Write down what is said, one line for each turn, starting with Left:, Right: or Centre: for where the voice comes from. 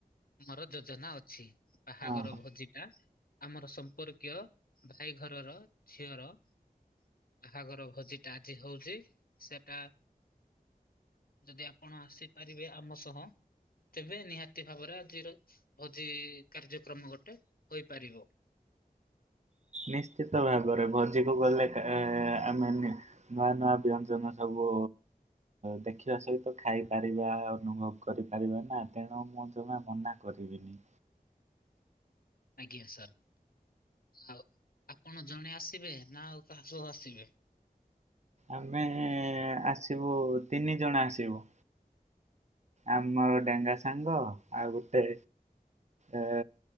Left: ମୋର ଯୋଜନା ଅ ଛି ବାହାଘର
Right: ଓହୋ
Left: ଭୋଜି ଟା। ଆମର ସମ୍ପର୍କୀୟ ଭାଇ ଘରର ଝିଅର। ବାହାଘର ଭୋଜି ଟା ଆଜି ହଉଛି ସେଟା। ଯଦି ଆପଣ ଆସିପାରିବେ ଆମ ସହ ତେବେ ନିହାତି ଭାବରେ ଆଜିର ଭୋ ଜି କାର କାର୍ଯ୍ୟକ୍ରମ ଗୋଟେ ହୋଇପାରିବ।
Right: ନିଶ୍ଚିତ ଭାବରେ ଭୋଜିକୁ ଗଲେ କେ ଆମେ ନେ। ନୂଆ ନୂଆ ବ୍ୟଞ୍ଜନ ସବୁ। ଦେଖିବା ସହିତ ଖାଇ ପାରିବା ଅନୁଭବ କରିପାରିବା ନା ତେଣୁ ମୁଁ ଜମା ମନା। କରିବିନି।
Left: ଆଜ୍ଞା ସାର୍। ଆଉ ଆପଣ ଜଣେ ଆସିବେ ନା ଆଉ କାହା ସବୁ ଆସିବେ।
Right: ଆମେ ଆସିବୁ ତିନି ଜଣ ଆସିବୁ। ଆମର ଡେଙ୍ଗା ସାଙ୍ଗ ଆଉ ଗୋଟେ। ଏ